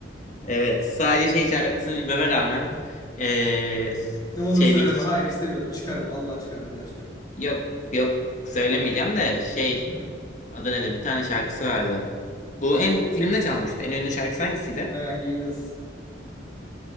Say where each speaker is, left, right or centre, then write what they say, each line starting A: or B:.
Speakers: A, on the left; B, on the left.
A: Evet sadece şey şarkısı bilmeme rağmen eee,
B: Ne olur
A: şeydeki
B: söyleme. Hayır istemiyorum. Çıkarım. Vallahi çıkarım. Billahi çıkarım.
A: yok yok söylemeyeceğim de şey
B: Hı.
A: adı nedir bir tane şarkısı vardı. Bu en filmde çalmıştı. En ünlü şarkısı hangisiydi?
B: He, Heathens.